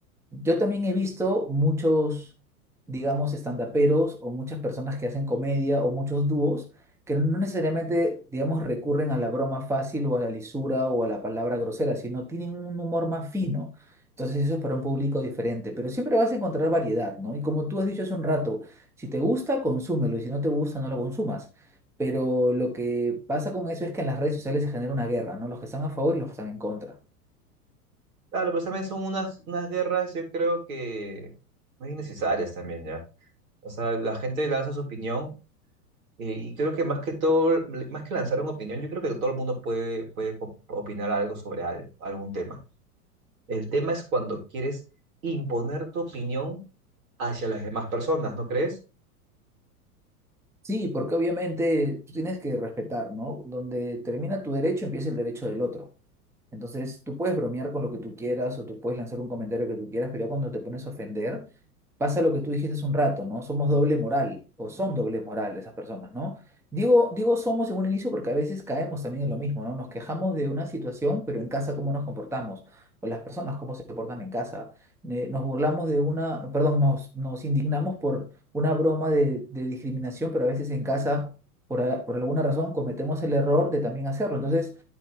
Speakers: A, in the centre; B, on the right.
A: yo también he visto muchos, digamos, estandaperos o muchas personas que hacen comedia o muchos dúos que no necesariamente, digamos, recurren a la broma fácil o a la lisura o a la palabra grosera, sino tienen un humor más fino. Entonces eso es para un público diferente, pero siempre vas a encontrar variedad, ¿no? Y como tú has dicho hace un rato, si te gusta, consúmelo y si no te gusta, no lo consumas. Pero lo que pasa con eso es que en las redes sociales se genera una guerra, ¿no? Los que están a favor y los que están en contra.
B: Claro, pero también son unas, unas guerras, yo creo que muy innecesarias también ya. O sea, la gente lanza su opinión eh, y creo que más que todo, más que lanzar una opinión, yo creo que todo el mundo puede, puede op- opinar algo sobre al- algún tema. El tema es cuando quieres imponer tu opinión hacia las demás personas, ¿no crees?
A: Sí, porque obviamente tú tienes que respetar, ¿no? Donde termina tu derecho, empieza el derecho del otro. Entonces, tú puedes bromear con lo que tú quieras o tú puedes lanzar un comentario que tú quieras, pero ya cuando te pones a ofender, pasa lo que tú dijiste hace un rato, ¿no? Somos doble moral o son doble moral esas personas, ¿no? Digo, digo somos en un inicio porque a veces caemos también en lo mismo, ¿no? Nos quejamos de una situación, pero en casa cómo nos comportamos o las personas cómo se comportan en casa. Eh, nos burlamos de una, perdón, nos, nos indignamos por una broma de, de discriminación, pero a veces en casa, por, a- por alguna razón, cometemos el error de también hacerlo. Entonces...